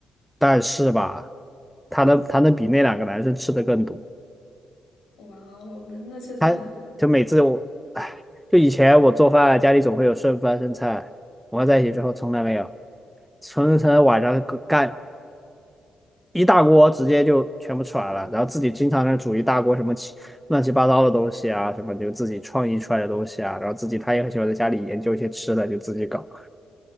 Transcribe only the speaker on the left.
哇哦，<laughs> 那确实很